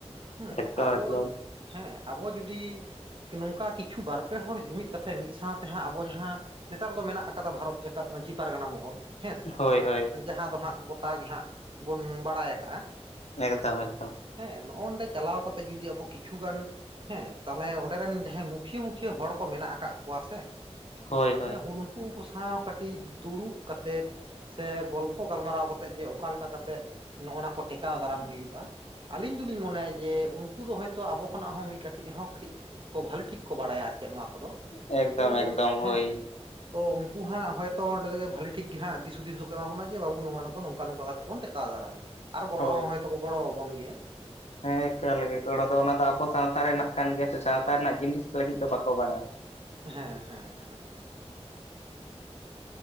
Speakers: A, on the right; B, on the left.
A: ᱦᱩᱸ
B: ᱮᱠᱫᱚᱢ
A: ᱟᱵᱚ
B: ᱮᱠᱫᱚᱢ
A: ᱦᱮᱸ ᱟᱵᱚ ᱡᱩᱫᱤ ᱱᱚᱝᱠᱟ ᱠᱤᱪᱷᱩ ᱵᱟᱨ ᱯᱮ ᱦᱚᱲ ᱡᱩᱢᱤᱫ ᱠᱟᱛᱮ ᱢᱤᱫ ᱥᱟᱶᱛᱮ ᱦᱟᱸᱜ ᱟᱵᱚ ᱡᱟᱦᱟᱸ ᱱᱮᱛᱟᱨ ᱫᱚ ᱢᱮᱱᱟᱸᱜ ᱠᱟᱫᱟ ᱵᱷᱟᱨᱚᱛ ᱡᱟᱠᱟᱛ ᱢᱟᱺᱡᱷᱤ ᱯᱟᱨᱜᱟᱱᱟ ᱢᱚᱦᱚᱞ ᱦᱮᱸ ᱥᱮ
B: ᱦᱳᱭ ᱦᱳᱭ
A: ᱡᱟᱦᱟᱸ ᱫᱚ ᱦᱟᱸᱜ ᱜᱚᱴᱟ ᱜᱮ ᱦᱟᱸᱜ ᱵᱚᱱ ᱵᱟᱲᱟᱭ ᱠᱟᱜᱼᱟ,
B: ᱮᱠᱫᱚᱢ ᱮᱠᱫᱚᱢ ᱾
A: ᱦᱮᱸ ᱱᱚᱸᱜᱼᱚᱭ ᱱᱚᱰᱮ ᱪᱟᱞᱟᱣ ᱠᱟᱛᱮ ᱡᱩᱫᱤ ᱟᱵᱚ ᱠᱤᱪᱷᱩ ᱜᱟᱱ ᱦᱮᱸ ᱛᱟᱦᱚᱞᱮ ᱚᱸᱰᱮᱨᱮ ᱨᱮᱱ ᱡᱟᱦᱟᱸᱭ ᱢᱩᱠᱷᱤᱭᱟᱹ ᱢᱩᱠᱷᱤᱭᱟᱹ ᱦᱚᱲ ᱠᱚ ᱢᱮᱱᱟᱜ ᱠᱟᱜ ᱠᱚᱣᱟ ᱥᱮ
B: ᱦᱳᱭ
A: ᱦᱮᱸ ᱩᱝᱠᱩ ᱠᱚ ᱥᱟᱶ ᱠᱟᱹᱴᱤᱡ ᱫᱩᱲᱩᱵ ᱠᱟᱛᱮᱜ ᱥᱮ ᱜᱚᱞᱯᱷᱚ ᱜᱟᱞᱢᱟᱨᱟᱣ ᱠᱟᱛᱮᱫ ᱡᱮ ᱚᱠᱟ ᱞᱮᱠᱟ ᱠᱟ ᱠᱟᱛᱮᱫ ᱱᱚᱸᱜᱼᱱᱟ ᱠᱚ ᱴᱮᱠᱟᱣ ᱫᱟᱨᱟᱢ ᱦᱩᱭᱩᱜᱼᱟ, ᱟᱹᱞᱤᱧ ᱫᱚᱞᱤᱧ ᱢᱚᱱᱮᱭᱟ ᱡᱮ ᱩᱱᱠᱩ ᱫᱚ ᱦᱳᱭᱛᱳ ᱟᱵᱚ ᱠᱷᱚᱱᱟᱜ ᱦᱚᱸ ᱢᱤᱫ ᱠᱟᱹᱴᱤᱡ ᱨᱮ ᱦᱚᱸ ᱠᱟᱹᱴᱤᱡ ᱠᱚ ᱵᱷᱟᱞᱤ ᱴᱷᱤᱠ ᱠᱚ ᱵᱟᱲᱟᱭᱟ ᱟᱨ ᱪᱮᱫ ᱱᱚᱣᱟ ᱠᱚᱫᱚ
B: ᱮᱠᱫᱚᱢ
A: ᱛᱚ
B: ᱮᱠᱫᱚᱢ
A: ᱦᱮᱸ
B: ᱦᱳᱭ
A: ᱛᱚ ᱩᱱᱠᱩ ᱦᱟᱸᱜ ᱦᱚᱭᱛᱚ ᱚᱸᱰᱮ ᱜᱮ ᱵᱷᱟᱹᱞᱤ ᱴᱷᱤᱠ ᱜᱮ ᱦᱟᱸᱜ ᱫᱤᱥᱩᱫᱤᱥ ᱫᱚᱠᱚ ᱮᱢᱟ ᱵᱚᱱᱟ ᱡᱮ ᱵᱟᱹᱵᱩ ᱱᱚᱣᱟ ᱫᱚ ᱱᱚᱝᱠᱟ ᱱᱚᱝᱠᱟ ᱠᱟᱛᱮ ᱵᱚᱱ ᱴᱮᱠᱟᱣ ᱫᱟᱨᱟᱢᱟ ᱟᱨ ᱜᱚᱲᱚ
B: ᱦᱳᱭ
A: ᱦᱚᱸ ᱦᱚᱭ ᱛᱚᱠᱚ ᱜᱚᱲᱚ ᱟᱵᱚᱱ ᱜᱮᱭᱟ ᱾
B: ᱦᱮᱸ ᱮᱠᱟᱞᱜᱮ ᱜᱚᱲᱚ ᱫᱚ ᱚᱱᱟ ᱫᱚ ᱟᱵᱚ ᱥᱟᱶᱛᱟ ᱨᱮᱱᱟᱜ ᱠᱟᱱ ᱜᱮᱭᱟ ᱥᱮ ᱥᱟᱶᱛᱟ ᱨᱮᱱᱟᱜ ᱡᱤᱱᱤᱥ ᱞᱟᱹᱜᱤᱫ ᱫᱚ ᱵᱟᱠᱚ ᱵᱟᱝᱟ ᱾
A: ᱦᱮᱸ ᱦᱮᱸ ᱦᱮᱸ ᱾